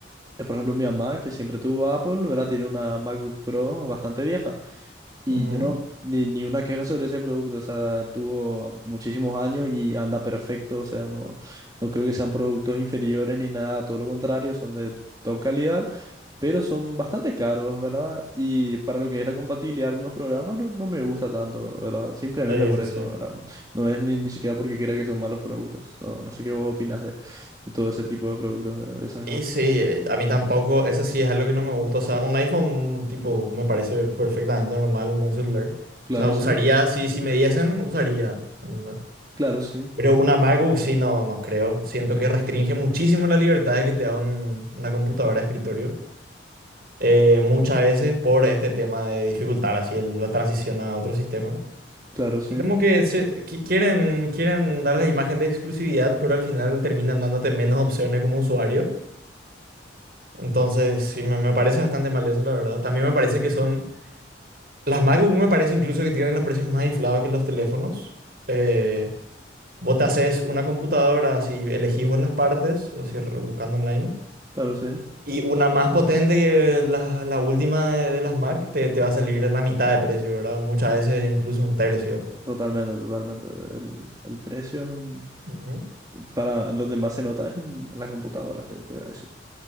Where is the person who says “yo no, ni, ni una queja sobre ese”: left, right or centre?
Right